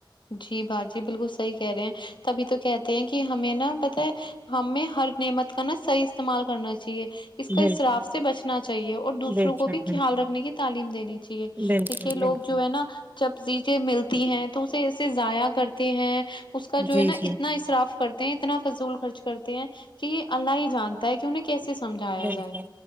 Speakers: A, on the left; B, on the right.
A: جی باجی بالکل صحیح کہہ رہے ہیں تبھی تو کہتے ہیں کہ ہمیں نا پتہ ہے ہمیں ہر نعمت کا نا صحیح استعمال کرنا چاہیے اس کا
B: بالکل
A: اسراف سے بچنا چاہیے اور دوسروں
B: بے
A: کو
B: شک
A: بھی خیال رکھنے کی تعلیم دینی چاہیے
B: بالکل
A: دیکھیے لوگ
B: بالکل
A: جو ہے نا چب چیزیں ملتی ہیں تو اسے ایسے ضائع کرتے ہیں اس کا جو
B: جی
A: ہے نا
B: جی
A: اتنا اصراف کرتے ہیں اتنا فضول خرچ کرتے ہیں کہ یہ اللہ ہی جانتا ہے کہ انہیں کیسے سمجھایا
B: بالکل
A: جائے